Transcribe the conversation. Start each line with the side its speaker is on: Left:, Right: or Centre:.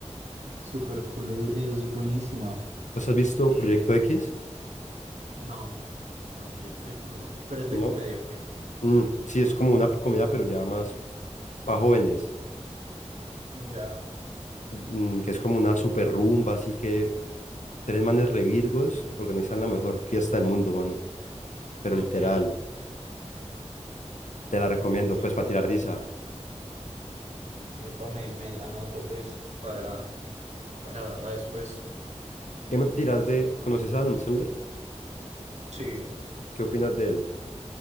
Right: super cool, es, es buenísima.
Left: ¿Vos has visto
Right: Eh,
Left: Proyecto X?
Right: no, no, Proyecto X no. Pero es de
Left: No.
Right: comedia, ok.
Left: Mm, sí, es como una comedia, pero ya más para jóvenes,
Right: Ya,
Left: Mm, que es como una super rumba, así que tres manes revirgos organizan la mejor fiesta del mundo, mano. Pero
Right: ok,
Left: literal, te la recomiendo,
Right: <laughs> ok.
Left: pues para tirar risa.
Right: Epa, me, me la anoto, pues, para, para verla después.
Left: ¿Qué me tiras de... ¿Conoces a Adam Sandler?
Right: Sí,
Left: ¿Qué opinas de él?